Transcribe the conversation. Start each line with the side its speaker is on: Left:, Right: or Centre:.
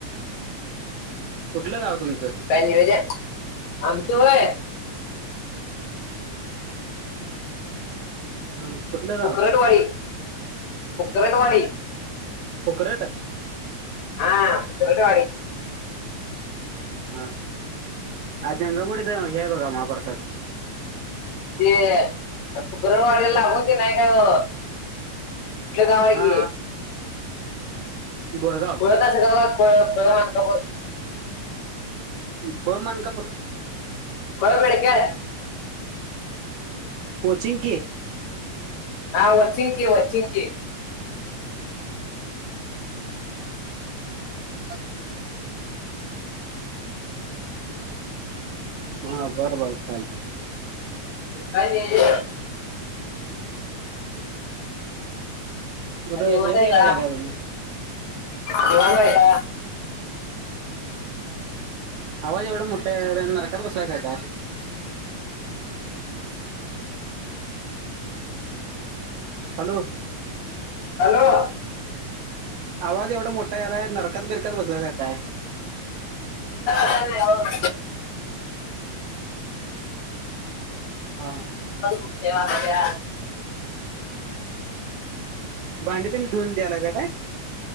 Right: कुठलं गावं तुमचं
Left: काय नियोजन आमच व्हय
Right: हा कुठल
Left: फुकरटवाडी फुकरटवाडी
Right: फुकरट
Left: हा फुकरटवाडी
Right: हा ह आज जंगमवाडीचा हे बघा महाप्रसाद
Left: ते फुकरटवाडीला लागून ते नाही काय ओ कुठलं गाव आहे
Right: हा
Left: की आहे
Right: बोरगाप
Left: <inaudible>
Right: खुळ मानकापूर
Left: खुळ बेडकीयाळ
Right: वोचिकी
Left: हा वचिकी वचिकी
Right: <inaudible> हा बरं बर चालतय
Left: काय नियोजन
Right: कुठ हे्यात
Left: निवांत आहे
Right: गेलासा
Left: का
Right: काय तुम्ही
Left: निवांत आहे का
Right: आवाज एवढा मोठा यायलाय नरकत बसलासा की काय हॅलो
Left: हॅलो
Right: आवाज एवढा मोठा यायलाय नरकात बिरकत बसलासा की काय
Left: हॅलो
Right: हा
Left: ये भामट्या
Right: भांड तेन धुऊन द्यायलासा काय